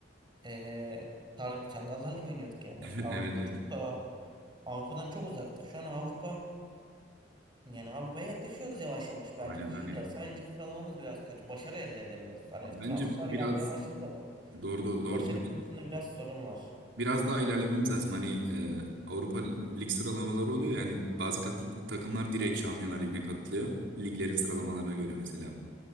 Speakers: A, on the right; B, on the right.
A: ee, Tarık Çamdallar'la <laughs> oynuyorduk yani.
B: <laughs>
A: Avrupa
B: Evet evet.
A: çok daha Avrupa'dan çok uzaktık. Şu an Avrupa yani Avrupa'ya yaklaşıyoruz yavaş yavaş. Belki
B: Aynen hani
A: iyi gider. Sadece lig sıralamamız biraz kötü. Başarı elde edemiyoruz. Hani
B: bence
A: transfer gelmeye
B: biraz
A: başladı da
B: doğru doğru, doğru
A: başarı
B: diyorsun.
A: konusunda biraz sorun var.
B: Biraz daha ilerlememiz lazım. Hani e, Avrupa Lig sıralamaları oluyor yani bazı katıl- takımlar direkt Şampiyonlar Ligi'ne katılıyor. Liglerin sıralamalarına göre mesela.